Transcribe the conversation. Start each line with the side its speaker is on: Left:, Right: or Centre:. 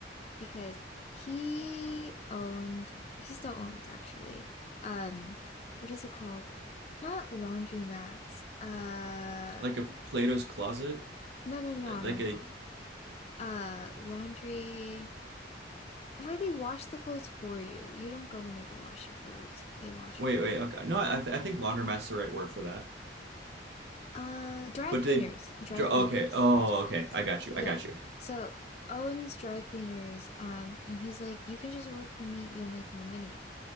Left: because he owned, he still owns actually. Um, what is it called? Not laundromats. Um,
Right: Like a Plato's closet,
Left: No, no, no,
Right: Uh, like
Left: no, no.
Right: a
Left: Uh, laundry where they wash the clothes for you. You don't go in there to wash your clothes. They wash
Right: wait,
Left: it for
Right: wait,
Left: you.
Right: okay, no, I, th- I think laundromat's the right word for that.
Left: Uh, dry
Right: But
Left: cleaners.
Right: they,
Left: Dry
Right: okay,
Left: cleaners.
Right: oh,
Left: That's what
Right: okay,
Left: it is.
Right: I got you, I
Left: Yeah.
Right: got you.
Left: So Owen's dry cleaners, um, and he's like, you can just work for me, you'll make more money.